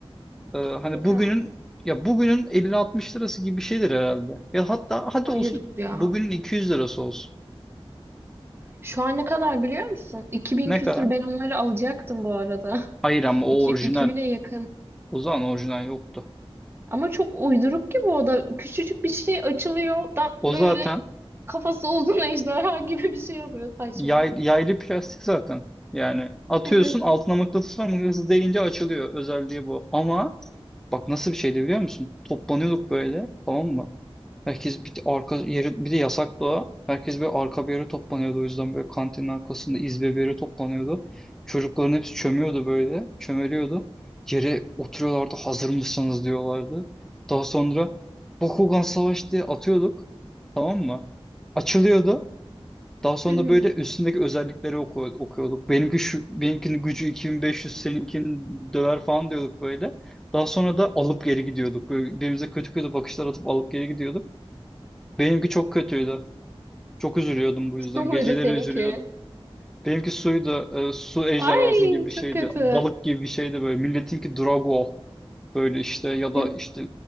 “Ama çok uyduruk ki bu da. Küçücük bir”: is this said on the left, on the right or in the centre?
Right